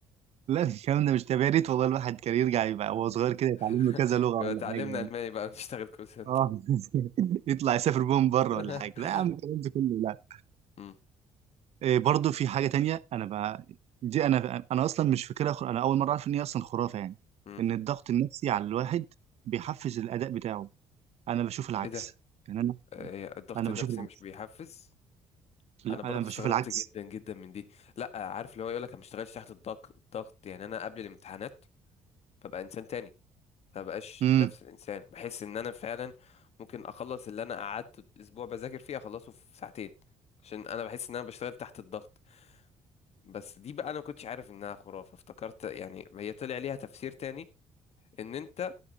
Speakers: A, on the right; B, on the left.
A: لا الكلام ده مش تابع يا ريت والله الواحد كان يرجع يبقى وهو صغير كده يتعلم
B: <laughs>
A: له كذا لغة
B: كنا
A: ولا
B: اتعلمنا
A: حاجة يعني
B: الماني بقى نشتغل كول سنتر
A: اه <laughs> يطلع يسافر بيهم بره
B: <laughs>
A: ولا حاجة لا يا عم الكلام ده كله لا
B: مم.
A: إيه برضه في حاجة تانية انا بقى دي انا انا اصلا مش فاكرها خر- انا اول مرة اعرف ان هي اصلا خرافة يعني
B: مم.
A: ان الضغط النفسي على الواحد بيحفز الاداء بتاعه انا بشوف العكس
B: ايه ده
A: يعني انا
B: إيه الضغط
A: انا
B: النفسي
A: بشوف العكس
B: مش بيحفز
A: لا
B: انا برضو
A: انا بشوف
B: استغربت
A: العكس
B: جدا جدا من دي لا عارف اللي هو يقولك انا ما اشتغلش تحت الضغط الضغط يعني انا قبل الامتحانات ببقى انسان تاني ما بقاش
A: امم
B: نفس الانسان بحس ان انا فعلا ممكن اخلص اللي انا قعدت اسبوع بذاكر فيه اخلصه في ساعتين عشان انا بحس ان انا بشتغل تحت الضغط بس دي بقى انا ما كنتش عارف انها خرافة افتكرت يعني هي طلع ليها تفسير تاني ان انت